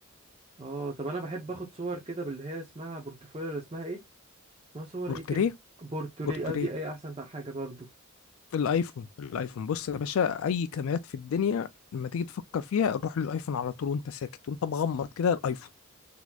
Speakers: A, on the right (about 30°); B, on the left (about 70°).
A: اه طب انا بحب اخد صور كده باللي هي اسمها بورتفوليو ولا اسمها ايه اسمها صور
B: بورتريه
A: ايه كده بورتري
B: بورتريه
A: اه دي اي احسن بقى حاجة برضو
B: الايفون الايفون بص يا باشا اي كاميرات في الدنيا لما تيجي تفكر فيها روح للايفون على طول وانت ساكت وانت مغمض كده الايفون